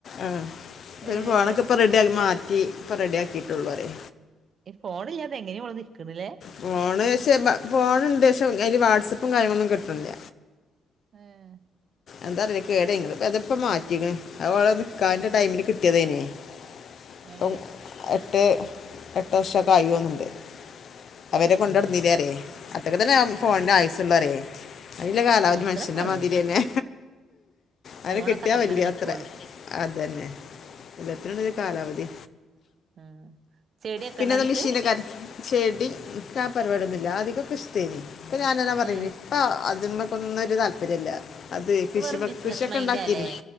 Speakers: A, on the left; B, on the right.
A: ആഹ്. പിന്നെ
B: ഏ
A: ഫോണൊക്കെ ഇപ്പം റെഡി ആ മാറ്റി ഇപ്പം റെഡി ആക്കിയിട്ടൊള്ളു പറ്യേ.
B: ഈ ഫോണ് ഇല്ലാതെ എങ്ങനേ ഓള് നിക്ക്ണ് ല്ലേ.
A: ഫോണ് പക്ഷെ ബ ഫോണുണ്ട് പക്ഷെ അയ്ല് വാട്സആപ്പും കാര്യങ്ങളൊന്നും കിട്ട്ണ്ല്ല.
B: ഏഹ്
A: എന്താ അറീല. കേടായ്ങ്ണ്. ഇപ്പത്പ്പം മാറ്റീക്ക്ണ്. അതോളെ നിക്കാഹിന്റെ ടൈമില് കിട്ട്യതേനി. ഇപ്പം
B: ഏ
A: എട്ട് എട്ട് വർഷൊക്കായി തോന്ന്ണ്ട്. അഹ്
B: ഉം
A: വരെ
B: ഉം
A: കൊണ്ടടന്നീലേ
B: ഉം
A: പറ്യേ അത്രൊക്കെ തന്നെ ഫോണിന്
B: ആ
A: ആയുസ്സൊള്ളൂ പറ്യേ. അയ്ന്ല്ലെ കാലാവധി
B: അത്രന്നെ
A: മനുഷ്യന്റെ
B: ഉള്ളു
A: മാതിര്യെന്നെ. അതന്നെ
B: ഫോണൊക്കെ
A: കിട്ടിയാ
B: അത്ര
A: വല്യ
B: തന്നെ നിക്കുള്ളൂ
A: അത്രെ. അതന്നെ. എല്ലത്തിനുണ്ടൊരു കാലാവധി.
B: ആ ചെടിയൊക്കെ
A: പിന്നെന്താ
B: ഉണ്ടോ അനക്ക്
A: മെഷീൻ ന്റെ കാര്യം ചെടി ഇൻക്കാ പരിപാട്യൊന്നുല്ല. ആദിക്കൊക്കെ ഇഷ്ടേനി. ഇപ്പ ഞാനാ ഞാൻ പർഞ്ഞിനി
B: ഏ
A: ഇപ്പ അതിമക്ക് ഒന്നും ഒരു താല്പര്യല്ല. അത്
B: ഇപ്പൊ
A: കൃഷിമക്
B: വെറും ബിസിനസ്
A: കൃഷിയൊക്കെ
B: മൈൻഡാല്ലേ
A: ഉണ്ടാക്കീനി.